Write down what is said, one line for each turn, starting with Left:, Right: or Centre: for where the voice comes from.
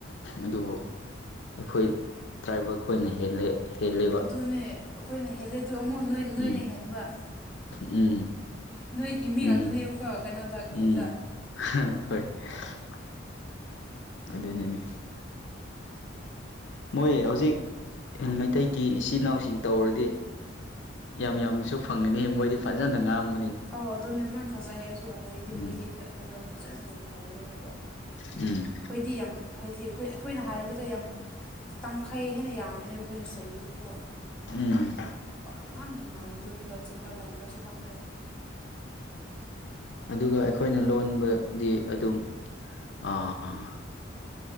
Left: ꯑꯗꯨꯕꯨ ꯑꯩꯈꯣꯏ ꯇ꯭ꯔꯥꯏꯕꯦꯜ ꯈꯣꯏꯅꯥ ꯍꯦꯜꯂꯦ ꯍꯦꯜꯂ°꯫
Centre: ꯑꯗꯨꯅꯦ ꯑꯩꯈꯣꯏꯅ ꯍꯦꯜꯂꯦꯗꫭ ꯑꯃꯨꯛ ꯅꯣꯏꯅ
Left: ꯎꯝ
Centre: ꯍꯦꯟꯕꯥ꯫
Left: ꯎꯝ꯫
Centre: ꯅꯣꯏꯒꯤ ꯃꯤ
Left: ꯎꯝ
Centre: ꯉꯥꯛꯇꯅꯦꯕꯀꯣ ꯀꯩꯅꯣꯗ ꯒ꯭ꯔꯨꯞꯇ꯫
Left: ꯎꯝ ꯍꯣꯏ꯫ ꯑꯗꯨꯅꯅꯤ꯫ ꯃꯣꯏ ꯍꯧꯖꯤꯛ ꯃꯩꯇꯩꯒꯤ ꯏꯆꯤꯜ ꯏꯅꯥꯎꯁꯤꯡ ꯇꯧꯔꯗꯤ꯫ ꯌꯥꯝ ꯌꯥꯝꯅꯁꯨ ꯐꯪꯒꯅꯤ ꯃꯣꯏꯗꯤ ꯐꯖꯅ ꯉꯥꯡꯕ꯫
Centre: ꯑꯧ ꯑꯗꯨꯅꯦ ꯑꯗꯨꯃꯥꯏꯅ ꯊꯥꯖꯩ ꯑꯩꯁꯨ ꯍꯥꯏꯗꯤ
Left: ꯎꯝ
Centre: ꯃꯣꯏꯗꯤ ꯀꯩꯅꯣ ꯐꯖꯅ ꯂꯣꯟꯕ ꯍꯥꯏꯕꯅꯤꯅꯀꯣ꯫
Left: ꯎꯝ꯫
Centre: ꯑꯩꯈꯣꯏꯗꯤ ꯌꯥꯝ ꯍꯥꯏꯗꯤ ꯑꯩꯈꯣꯏ ꯑꯩꯈꯣꯏꯅ ꯍꯥꯏꯕꯗ ꯌꯥꯝ꯫ ꯇꯪꯈꯥꯏ ꯍꯦꯟꯅ ꯌꯥꯝꯔꯝꯅꯦ ꯑꯩꯈꯣꯏꯅ ꯆꯩꯕꯗꯨꯕꯨ꯫
Left: ꯎꯝ꯫
Centre: ꯄ ꯉꯥꯡꯇ ꯉꯥꯡꯕꯗꯨꯅꯦꯕ ꯑ ꯆꯨꯝꯕ꯭ꯔꯥ ꯂꯟꯕ꯭ꯔꯁꯨ ꯈꯪꯗꯦ꯫
Left: ꯑꯗꯨꯒ ꯑꯩꯈꯣꯏꯅ ꯂꯣꯟꯕꯗꯤ ꯑꯗꯨꯝ꯫ ꯑꯥ꯫